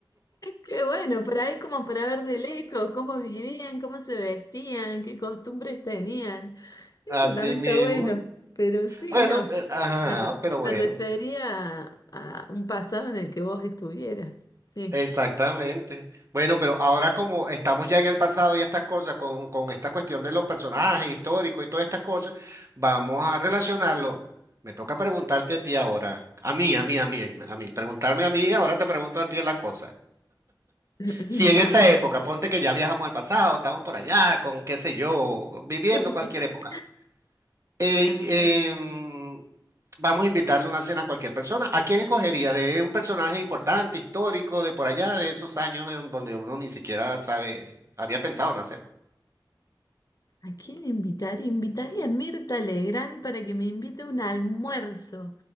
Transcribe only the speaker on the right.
Así
mismo.
Bueno,
pero, ajá,
pero bueno.
Exactamente. Bueno, pero ahora como estamos ya en el pasado y estas cosas, con, con esta cuestión de los personajes históricos y todas estas cosas, vamos a relacionarlo. Me toca preguntarte a ti ahora, a mí, a mí, a mí, a mí, preguntarme a mí, ahora te pregunto a ti la cosa.
Si en
esa época, ponte que ya viajamos al pasado, estamos por allá, con qué sé yo, viviendo
cualquier época. Eh,
em,
vamos a invitarle una cena a cualquier persona. ¿A quién escogerías? De un personaje importante, histórico, de por allá, de esos años de don- donde uno ni siquiera sabe, había pensado nacer.